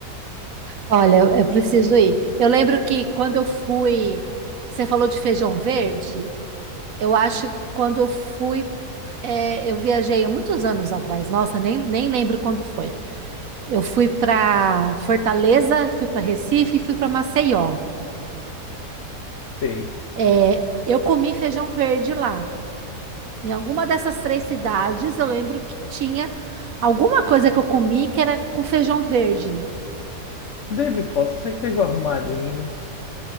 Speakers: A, on the right; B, on the left.
A: Olha, eu eu preciso ir. Eu lembro que quando eu fui, você falou de feijão verde. Eu acho que quando eu fui, é, eu viajei há muitos anos atrás. Nossa, nem, nem lembro quando foi. Eu fui para Fortaleza, fui para Recife e fui para Maceió.
B: Sei.
A: É, eu comi feijão verde lá. Em alguma dessas três cidades, eu lembro que tinha alguma coisa que eu comi que era com feijão verde.
B: Deve, pode ser que seja um arrumadinho.